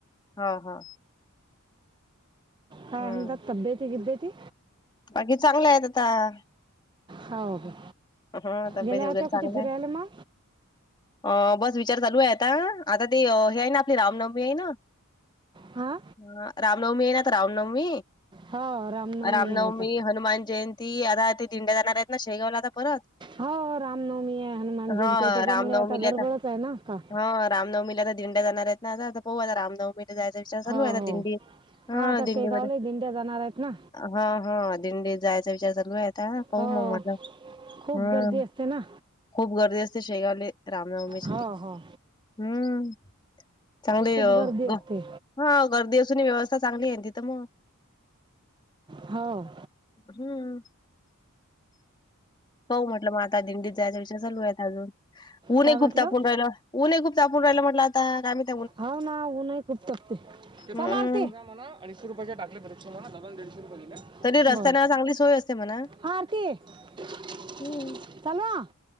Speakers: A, on the left; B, on the right.
A: हा हा.
B: काय
A: हम्म
B: म्हणता तबियेती बिब्बती?
A: बाकी चांगलं आहेत आता
B: हाव क्या
A: हा तब्येत
B: गेल्या
A: वगैरे
B: होत्या कुठे
A: चांगला
B: फिरायले
A: आहे.
B: म?
A: अ बस विचार चालू आहे आता आता ते हे आहे ना आपली रामनवमी आहे ना
B: हां
A: हा रामनवमी आहे ना तर रामनवमी
B: हो
A: रामनवमी
B: आहे आता
A: हनुमान जयंती आता ते दिंड्या जाणार आहेत ना शेगावला आता परत.
B: हो रामनवमी आहे हनुमान जयंती
A: हा
B: आहे त्याच्यामुळे
A: रामनवमीला
B: आता गडबडच आहे ना का.
A: हा रामनवमीला आता दिंड्या जाणार आहेत ना पाहू आता रामनवमी ते जायचा विचार चालू
B: हो
A: आहे आता
B: हो
A: दिंडी हा
B: आता
A: दिंडीमध्ये.
B: शेगावला दिंड्या जाणार आहेत ना
A: हा हा दिंडीत जायचा विचार चालू आहे आता पाहू
B: हो
A: मग म्हटलं.
B: खूप
A: हम्म
B: गर्दी असते ना.
A: खूप गर्दी असते शेगावले रामनवमीसाठी
B: हो हो
A: हम्म. चांगलेय
B: खूप
A: अ
B: गर्दी असते
A: गप हा गर्दी असून ही व्यवस्था चांगली आहे ना तिथं मग.
B: हाव.
A: हम्म. पाहू म्हटलं म आता दिंडीत जायचा विषय चालू आहेत अजून ऊन
B: काय
A: ही
B: म्हटलं
A: खूप तापून राहिलं. ऊन ही खूप तापून राहिल म्हटलं आता काय माहित
B: हाव ना ऊन ही खूप तापती चल
A: हम्म.
B: आरती. अडीचशे रुपयाचे टाकले परिक्षेना दादाने दीडशे रुपये दिले
A: तरी रस्त्यानं
B: बर
A: चांगली सोय असते म्हणा.
B: हा आरती. <unintelligible>
A: हम्म.
B: चालू हा